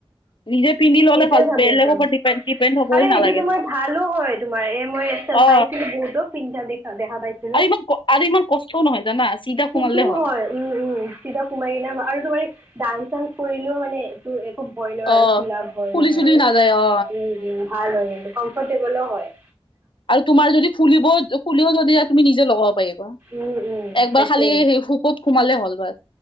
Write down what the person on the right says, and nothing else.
সেইটোয়ে
ভাবি
আছোঁ
আৰু সেইটো
তোমাৰ ভালো হয় তোমাৰ এই মই ত
চাইছিলোঁ বহুত পিন্ধা দেখা দেখা পাইছিল।
ফিটিং
হয় উম উম চিধা কুমাৰী আৰু তোমাৰ ডান্স চান্স কৰিলেও মানে। টো একো ভয় নহয়
আৰু খোলা ভয়
নহয়
আৰু
উম উম ভাল হয় কিন্তু। কমফৰ্টেবলো হয়।
উম উম
তাকে